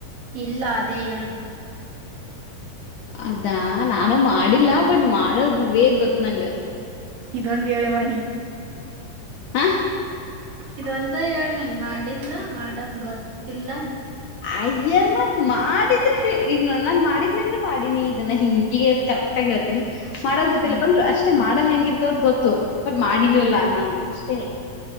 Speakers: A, on the right; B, on the left.
A: ಇಲ್ಲ ಅದೇ ಹೇಳು
B: ಅದಾ ನಾನು ಮಾಡಿಲ್ಲ ಬಟ್ ಮಾಡೋದ ವೇ ಗೊತ್ತು ನನಗೆ
A: ಇದೊಂದು ಹೇಳವ್ವ ನಿ
B: ಹಾ
A: ಇದೊಂದ ಹೇಳನಿ ಮಾಡಿಲ್ಲ ಮಾಡದ ಗೊತ್ತಿಲ್ಲ
B: ಅಯ್ಯ ಮತ್ ಮಾಡಿದ್ರೆ ಈಗ ನೋಡ ನಾನ್ ಮಾಡಿದ್ನಿ ಅಂದ್ರ ಮಾಡಿನಿ ಇದನ್ನ ಹಿಂಗೆ ಕರೆಟ್ಟಾಗಿ ಹೇಳ್ತೀನಿ ಮಾಡ ಗೊತ್ತಿಲ್ಲಪ್ಪಂದ್ರೆ
A: ಹ್ಮ್
B: ಅಷ್ಟೇ ಮಾಡ ಹೆಂಗಿರ್ತದ ಗೊತ್ತು ಬಟ್ ಮಾಡಿರೀಲ್ಲ
A: ಹ್ಮ್
B: ನಾನು ಅಷ್ಟ <unintelligible>